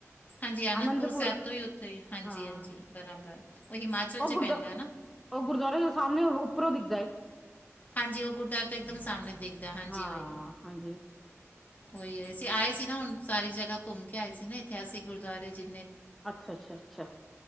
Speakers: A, on the left; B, in the centre.
A: ਹਾਂਜੀ ਅਨੰਦਪੁਰ
B: ਆਨੰਦਪੁਰ
A: ਸਾਹਿਬ ਤੋਂ ਹੀ ਉੱਥੇ ਹਾਂਜੀ
B: ਹਾਂ
A: ਹਾਂਜੀ ਬਰਾਬਰ ਉਹ ਹਿਮਾਚਲ
B: ਉਹ
A: 'ਚ ਪੈਂਦਾ
B: ਗੁਰਦੁਆ
A: ਹੈ ਨਾ
B: ਉਹ ਗੁਰਦੁਆਰੇ ਦੇ ਸਾਹਮਣਿਉਂ ਉੱਪਰੋਂ ਦਿਖਦਾ ਏ
A: ਹਾਂਜੀ ਉਹ ਗੁਰਦੁਆਰਾ ਤੋਂ ਇੱਕਦਮ ਸਾਹਮਣੇ ਦਿਖਦਾ ਹਾਂਜੀ
B: ਹਾਂ
A: ਵਹੀ
B: ਹਾਂਜੀ
A: ਉਹੀ ਹੈਏ ਅਸੀਂ ਆਏ ਸੀ ਨਾ ਹੁਣ ਸਾਰੀ ਜਗ੍ਹਾ ਘੁੰਮ ਕੇ ਆਏ ਸੀ ਨਾ ਇਤਿਹਾਸਿਕ ਗੁਰਦੁਆਰੇ ਜੀ
B: ਅੱਛਾ ਅੱਛਾ ਅੱਛਾ